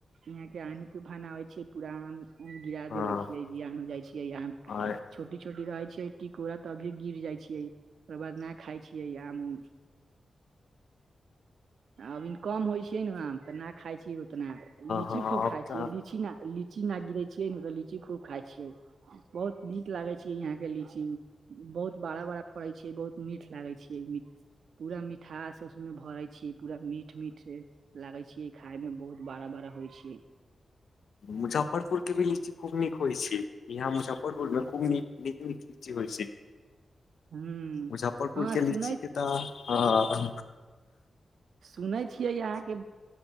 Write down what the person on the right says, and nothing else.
इहाँके आनी तूफाना आबै छै पूरा आम गिरा
देबे छियै, जियान जाइ छियै या आम
छोटी छोटी रहै छियै टिकोड़ा तभिय गिर जाइ छियै। ओकर बाद ना खाइ छियै आम उम। अभी कम होइ छियै ने आम, तऽ ना खाइ छियै। अपना लीची
खूब खाइ
छियै, लीची ना लीची ना गिरै छियै ने तऽ लीची खूब खाइ छियै। बहुत नीक लागे छै यहाँ के लीची। बहुत बाड़ा बाड़ा फड़ै छियै, बहुत मीठ लागैत छियै। पूरा मिठास उसमें भरै छी, पूरा मीठ मीठ छै, लागै छियै खाय म बहुत बाड़ा बाड़ा होइ छै।
हूँ
हँ
सुनै
सुनै छियै अहाँके,